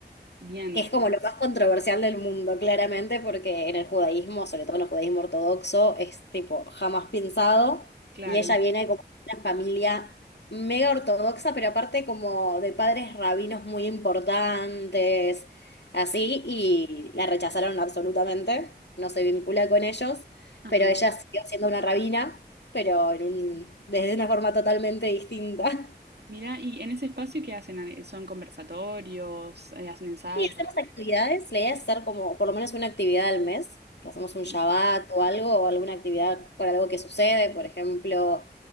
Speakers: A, on the right; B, on the left.
A: Bien,
B: que es como lo más controversial del mundo, claramente, porque en el judaísmo, sobre todo en el judaísmo ortodoxo, es tipo jamás pensado,
A: claro.
B: y ella viene como de una familia mega ortodoxa, pero aparte como de padres rabinos muy importantes, así, y la rechazaron absolutamente, no se vincula con ellos,
A: Ajá.
B: pero ella siguió siendo una rabina, pero en un- desde una forma totalmente distinta.
A: Mira, y en ese espacio, ¿qué hacen? Ah, ¿Son conversatorios? eh, ¿Hacen ensayos?
B: Sí, hacer las actividades. La idea es hacer como por lo menos una actividad al mes. Hacemos un
A: Sí,
B: Shabbat o algo, o alguna actividad por algo que sucede. Por ejemplo,